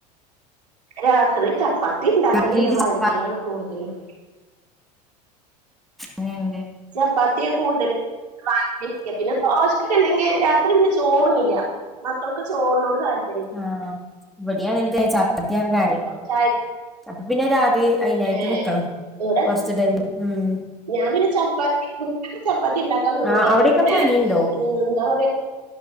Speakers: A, on the right (about 75°); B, in the centre.
A: രാത്രി ചപ്പാത്തി ഉണ്ടാക്കലില്ല
B: രാത്രിയില്
A: വാങ്ങിക്കലാണ്
B: ചപ്പാത്തി
A: കൂടുതലും
B: അങ്ങനെ ഉണ്ടേ
A: ചപ്പാത്തിയാ കൂടുതൽ വാങ്ങ പിന്നെ ദോശൊക്കെ ഉണ്ടെങ്കി രാത്രി പിന്നെ ചോറ്ന്നില്ല മക്കൾക്ക് ചോറിനോട് താൽപര്യം
B: ആഹ് ഇവിടെയാണ് എന്ക് ചപ്പത്തിയാണ് കാര്യം
A: ചായ
B: അപ്പൊ പിന്നെ.... അയിനായിട്ട്
A: ഏ
B: നിക്കണം
A: ഇവിടെ
B: കൊറച്ച് ടൈം ഉം
A: ഞാൻ പിന്നെ ചപ്പാത്തി കുക്കറിൽ ചപ്പാത്തി ഉണ്ടാക്കാൻ നിന്നൂട്ടാ
B: ആഹ് അവിടെയൊക്കെ
A: പിന്നെ
B: പനിയുണ്ടോ
A: എന്താ പറയാ.